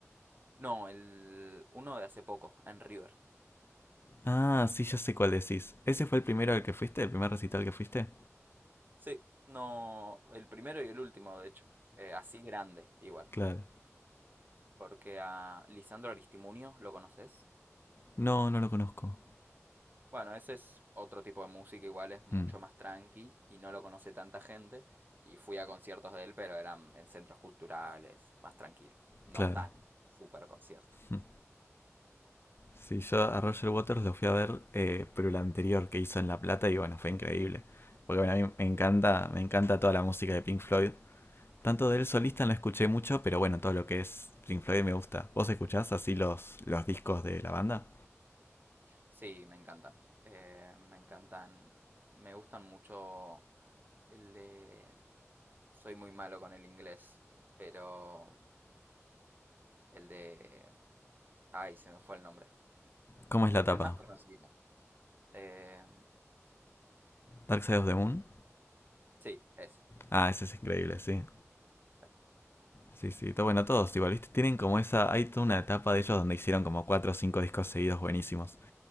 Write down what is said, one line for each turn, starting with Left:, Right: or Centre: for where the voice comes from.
Right: No, el uno de hace poco, en River.
Left: Ah, sí, ya sé cuál decís. ¿Ese fue el primero al que fuiste? ¿El primer recital que fuiste?
Right: Sí, no, el primero y el último, de hecho. Eh, así grande, igual.
Left: Claro.
Right: Porque a Lisandro Aristimuño, ¿lo conoces?
Left: No, no lo conozco.
Right: Bueno, ese es otro tipo de música, igual es mucho
Left: Mm,
Right: más tranqui y no lo conoce tanta gente. Y fui a conciertos de él, pero eran en centros culturales, más tranquilos. No
Left: claro.
Right: tan super concierto.
Left: Mm. Sí, yo a Roger Waters lo fui a ver, eh, pero el anterior que hizo en La Plata y bueno, fue increíble. Porque bueno, a mí me encanta, me encanta toda la música de Pink Floyd. Tanto de él solista no escuché mucho, pero bueno, todo lo que es Pink Floyd me gusta. ¿Vos escuchás así los, los discos de la banda?
Right: Sí, me encantan. Eh, me encantan. Me gustan mucho el de... Soy muy malo con el inglés, pero el de... Ay, se me fue el nombre.
Left: ¿Cómo es la tapa?
Right: El más conocido. Eh,
Left: ¿Dark Side of the Moon?
Right: sí, ese.
Left: Ah, ese es increíble, sí.
Right: Exacto.
Left: Sí, sí, está bueno, todos igual, ¿viste? Tienen como esa, hay toda una etapa de ellos donde hicieron como cuatro o cinco discos seguidos buenísimos.